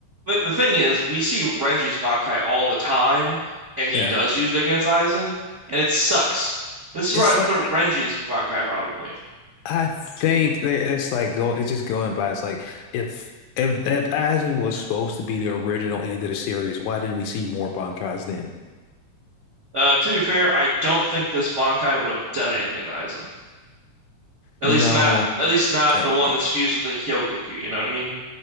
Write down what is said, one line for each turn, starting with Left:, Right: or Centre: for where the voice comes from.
Right: the, the thing is we see Renji's Bankai all the time and he
Left: Yeah,
Right: does use it against Aizen and it sucks. This is
Left: it's
Right: where I'd
Left: like
Right: put Renji's
Left: I
Right: Bankai probably.
Left: I think that it's like go it's just going by. It's like if if if Aizen was supposed to be the original end of the series, why didn't we see more Bankais then?
Right: Uh, to be fair, I don't think this Bankai would have done anything to Aizen. At
Left: No,
Right: least not, at least not
Left: I,
Right: the one that's fused with the Hyogoku. You know what I mean?